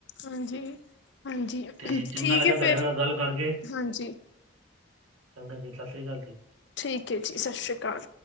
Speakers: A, on the left; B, on the right.
A: ਹਾਂਜੀ, ਹਾਂਜੀ,
B: ਤੇ ਚੰਗਾ
A: ਠੀਕ
B: ਲੱਗਾ
A: ਹੈ
B: ਤੁਹਾਡੇ
A: ਫਿਰ,
B: ਨਾਲ ਗੱਲ ਕਰਕੇ
A: ਹਾਂਜੀ।
B: ਚੰਗਾ ਜੀ, ਸਤਿ ਸ੍ਰੀ ਅਕਾਲ ਜੀ।
A: ਠੀਕ ਹੈ ਜੀ, ਸਤਿ ਸ਼੍ਰੀ ਅਕਾਲ।